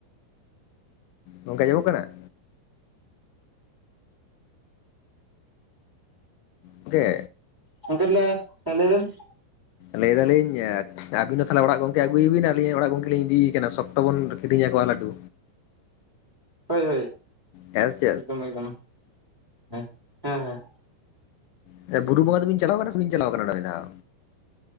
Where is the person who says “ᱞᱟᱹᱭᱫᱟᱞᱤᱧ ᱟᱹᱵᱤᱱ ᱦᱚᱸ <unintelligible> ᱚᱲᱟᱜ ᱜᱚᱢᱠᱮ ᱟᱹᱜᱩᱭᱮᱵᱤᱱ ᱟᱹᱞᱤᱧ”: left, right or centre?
Left